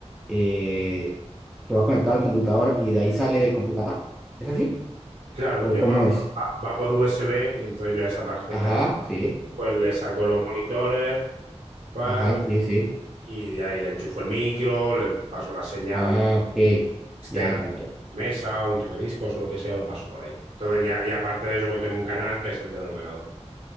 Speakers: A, in the centre; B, on the right.
A: eh, que va conectado al computador y de ahí sale el computador. ¿Es así?
B: Claro,
A: ¿O
B: yo
A: cómo es?
B: va, va por USB y entonces yo a esa tarjeta
A: Ajá, sí.
B: Pues le saco los monitores, paro,
A: Ajá, sí, sí.
B: y de ahí le enchufo el micro, le paso la señal
A: Ah, ok.
B: externa,
A: Ya, ya, ya.
B: mesa, un tocadiscos o lo que sea, lo paso por ahí. Entonces ya, y aparte de eso, pues tengo un canal que es el del ordenador.